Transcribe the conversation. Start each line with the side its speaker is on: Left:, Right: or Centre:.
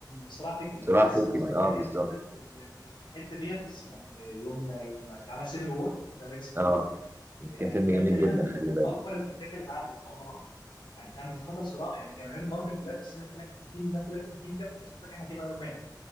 Left: صراع فكري
Right: صراع
Left: وقسم
Right: فكري
Left: اصلا
Right: اه
Left: جماهير
Right: بالظبط
Left: مارفل في ال- في ال- في الحته ديت بس يعني آه، يوم يوم اتعمل سيفل وور كابتن امريكا سيفل
Right: اه
Left: وور يعني
Right: كان فيلم
Left: كان
Right: جميل
Left: تقريبا
Right: جدا
Left: من
Right: خلي
Left: من
Right: بالك
Left: اكبر الهتات اللي اتعملت اه طبعا يعني فاهم انت حصل صراع يعني جماهير مارفل كلها اتقسمت قال لك احنا تيم ناس تقول لك احنا تيم كابتن ناس تقول لك احنا تيم ايرون مان